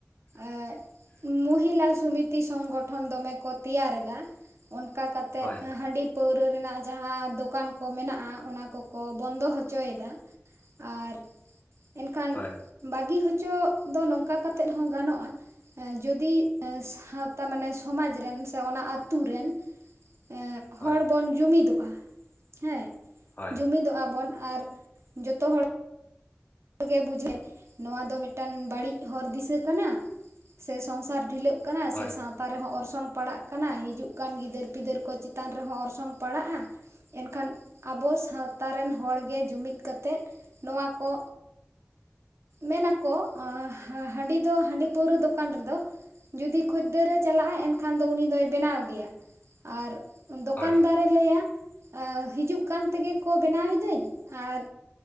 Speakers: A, on the right (about 65°); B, on the left (about 40°).
A: ᱮᱸ ᱢᱩᱦᱤᱞᱟ ᱥᱚᱢᱤᱛᱤ ᱥᱚᱝᱜᱚᱴᱷᱚᱱ ᱫᱚᱢᱮ ᱠᱚ ᱛᱮᱭᱟᱨ ᱮᱫᱟ ᱚᱱᱠᱟ ᱠᱟᱛᱮᱫ
B: ᱦᱳᱭ
A: ᱦᱟᱺᱰᱤ᱾ ᱯᱟᱹᱣᱨᱟᱹ ᱨᱮᱱᱟᱜ ᱡᱟᱸᱦᱟ ᱫᱚᱠᱟᱱ ᱠᱚ ᱢᱮᱱᱟᱜ-ᱟ ᱚᱱᱟ ᱠᱚᱠᱚ ᱵᱚᱱᱫᱚ ᱦᱚᱪᱚᱭᱮᱫᱟ᱾ ᱟᱨ ᱮᱱᱠᱷᱟᱱ
B: ᱦᱳᱭ
A: ᱵᱟᱜᱤ ᱦᱚᱪᱚ ᱫᱚ ᱱᱚᱝᱠᱟ ᱠᱟᱛᱮᱫ ᱦᱚᱸ ᱜᱟᱱᱚᱜ-ᱟ᱾ ᱡᱚᱫᱤ ᱥᱟᱶᱛᱟ ᱢᱟᱱᱮ ᱥᱚᱢᱟᱡᱽ ᱨᱮᱱ ᱥᱮ ᱚᱱᱟ ᱟᱛᱩ ᱨᱮᱱ᱾ ᱮᱸᱜ ᱦᱚᱲ
B: ᱦᱳᱭ
A: ᱵᱚᱱ ᱡᱩᱢᱤᱫᱚᱜ-ᱟ ᱦᱮᱸ
B: ᱦᱳᱭ
A: ᱡᱩᱢᱤᱫᱚᱜ-ᱟ ᱵᱚᱱ ᱟᱨ᱾ ᱡᱚᱛᱚ ᱦᱚᱲ᱾ ᱜᱮ ᱵᱩᱡᱷᱮ ᱱᱚᱣᱟ ᱫᱚ ᱢᱤᱜᱴᱟᱹᱝ ᱵᱟᱲᱤᱡ ᱦᱚᱨ ᱫᱤᱥᱟᱹ ᱠᱟᱱᱟ ᱥᱮ ᱥᱚᱸᱝᱥᱟᱨ ᱰᱷᱤᱞᱟᱹᱜ᱾ ᱠᱟᱱᱟ
B: ᱦᱳᱭ
A: ᱥᱮ ᱥᱟᱶ ᱛᱟ ᱨᱮᱦᱚᱸ ᱚᱨᱥᱚᱝ ᱯᱟᱲᱟᱜ ᱠᱟᱱᱟ ᱦᱤᱡᱩᱜ ᱠᱟᱱ ᱜᱤᱫᱟᱹᱨ ᱯᱤᱫᱟᱹᱨ ᱠᱚ ᱪᱮᱛᱟᱱ ᱨᱮᱦᱚᱸ ᱚᱨᱥᱚᱝ ᱯᱟᱲᱟᱜ-ᱟ᱾ ᱮᱱᱠᱷᱟᱱ ᱟᱵᱚ ᱥᱟᱶᱛᱟ ᱨᱮᱱ ᱦᱚᱲ ᱜᱮ ᱡᱩᱢᱤᱫ ᱠᱟᱛᱮᱫ ᱱᱚᱣᱟ ᱠᱚ᱾ ᱢᱮᱱ ᱟᱠᱚ ᱦᱟᱺᱰᱤ ᱫᱚ ᱦᱟᱺᱰᱤ ᱯᱟᱹᱣᱨᱟᱹ ᱫᱚᱠᱟᱱ ᱨᱮᱫᱚ᱾ ᱡᱩᱫᱤ ᱠᱷᱩᱭᱫᱟᱹᱨᱮ ᱪᱟᱞᱟᱜ-ᱟ ᱮᱱᱠᱷᱟᱱ ᱫᱚ ᱩᱱᱤ ᱫᱚᱭ ᱵᱮᱱᱟᱣ ᱜᱮᱭᱟ ᱟᱨ ᱫᱚᱠᱟᱱᱫᱟᱨ᱾
B: ᱦᱳᱭ
A: ᱞᱟᱹᱭᱟ ᱦᱤᱡᱩᱜ ᱠᱟᱱ ᱛᱮᱜᱮ ᱠᱚ ᱵᱮᱱᱟᱣ ᱮᱫᱟᱹᱧ ᱟᱨ